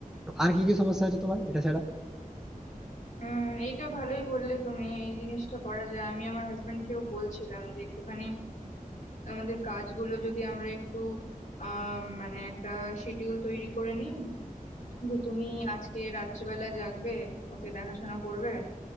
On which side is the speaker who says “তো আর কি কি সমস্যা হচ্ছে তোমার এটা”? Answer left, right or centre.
Centre